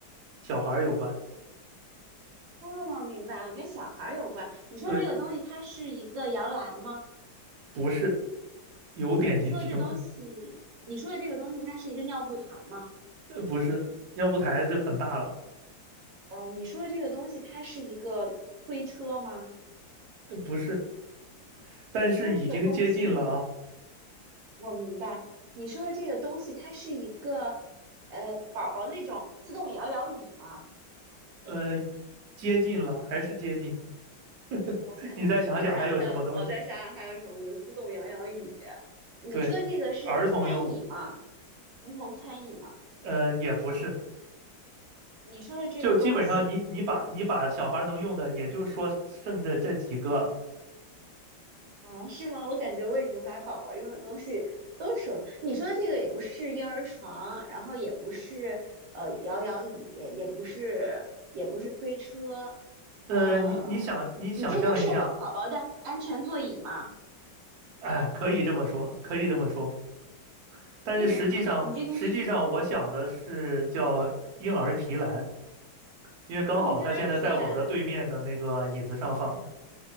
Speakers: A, on the right (about 60°); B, on the right (about 75°).
A: 小孩儿有关。
B: 哦，明白了，跟小孩儿有关。你说的这个东西，
A: 对，
B: 它是一个摇篮吗？
A: 不是，有点接近了，
B: 你说的这东西，你说的这个东西，它是一个尿布台吗？
A: 呃不是。尿布台就很大了，
B: 嗯，你说的这个东西，它是一个推车吗？
A: 呃不是。但是已经接近了啊，
B: 你说的这个东西。我明白你说的这个东西，它是一个呃宝宝那种自动摇摇椅吗？
A: 呃，接近了，还是接近。<laughs>
B: 我想想，
A: 你再想想还有什么东西？
B: 我想想，我想想，我再想想还有什么自动摇摇椅。你说的这个是餐椅吗？
A: 对，儿童用的，
B: 儿童餐椅吗？
A: 呃，也不是，
B: 你说的这个东西是
A: 就基本上你你把你把小孩能用的，也就说剩这这几个了。
B: 啊是吗？我感觉我已经把宝宝用的东西都说了你说的这个也不是婴儿床，然后也不是呃摇摇椅，也不是也不是推车，
A: 呃，
B: 呃，
A: 你你想你想象一下，
B: 你这个是宝宝的安全座椅吗？
A: 哎，可以这么说，可以这么说。但是实际上，
B: 可以这么说，你这个是
A: 实际上我想的是叫婴儿提篮，因为刚好他现在在我的对面的那个椅子上放的。
B: 哦，婴儿提篮，